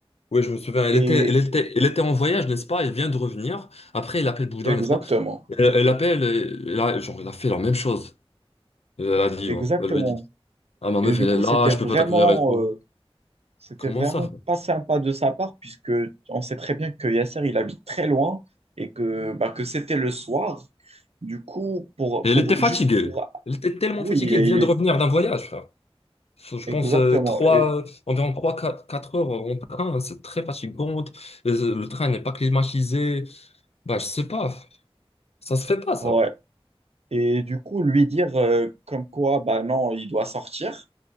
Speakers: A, on the left; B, on the right.
A: Ouais, je me souviens. Elle
B: Et
A: était, elle était,
B: et-
A: elle était en voyage, n'est-ce pas? Elle vient de revenir. Après, elle appelle Bouddha,
B: exactement,
A: n'est-ce pas? Elle, elle appelle, et- elle a, genre, elle a fait la même chose. Elle, elle a dit,
B: exactement.
A: ouais. Elle lui a dit, Ah, ma meuf,
B: Et du
A: elle
B: coup,
A: est là,
B: c'était
A: je
B: vraiment,
A: peux pas t'accueillir et tout.
B: euh, C'était
A: Comment
B: vraiment
A: ça, frère?
B: pas sympa de sa part, puisque on sait très bien que Yasser, il habite très loin et que, bah, que c'était le soir. Du coup, pour,
A: Et elle
B: pour
A: était fatiguée.
B: juste pour.
A: Elle était tellement
B: Oui,
A: fatiguée,
B: il
A: elle vient de revenir d'un voyage, frère. Faut- Je
B: exactement.
A: pense euh, trois,
B: Et,
A: environ trois quatre heures en train, hein, c'est très fatigant. Euh, Le train n'est pas climatisé. Bah, je sais pas, ça se fait pas ça.
B: ouais. Et du coup, lui dire euh, comme quoi, bah non, il doit sortir.